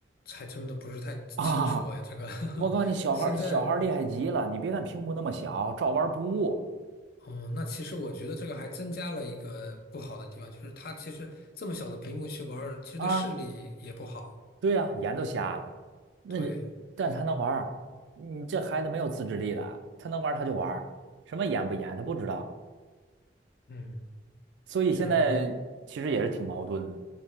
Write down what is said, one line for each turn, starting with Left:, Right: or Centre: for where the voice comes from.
Left: 还真的不是太清楚哎，
Right: <laughs> 啊。
Left: 这个
Right: 我告诉你，
Left: <laughs>
Right: 小孩儿小孩儿厉害极了，
Left: 现在，
Right: 你别看屏幕那么小，照玩儿不误
Left: 哦，那其实我觉得这个还增加了一个不好的地方，就是它其实这么小的屏幕去玩儿，其实对视力也不好。
Right: 啊。对呀、眼都瞎了，那人但是他能玩儿，
Left: 对，
Right: 你这孩子没有自制力的，他能玩儿他就玩儿，什么严不严他不知道，
Left: 嗯，
Right: 所以现在其实也是挺矛盾的。
Left: 确实，